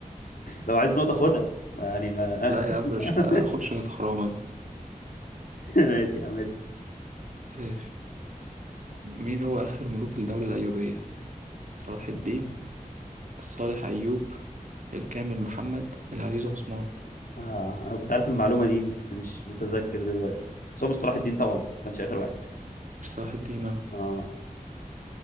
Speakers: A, on the left; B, on the right.
A: لو عايز نقطة خدها
B: اسأل
A: يعني ما
B: لا يا عم
A: <laughs>
B: مش هاخدش نقطة حرام أنا.
A: ماشي يا عم اسأل
B: ماشي مين هو آخر ملوك الدولة الأيوبية صلاح الدين الصالح أيوب الكامل محمد العزيز عثمان
A: اه انا كنت عارف المعلومة دي بس مش متذكر دلوقتي بس هو مش صلاح الدين طبعا ما كانش اخر واحد
B: مش صلاح الدين آه.
A: اه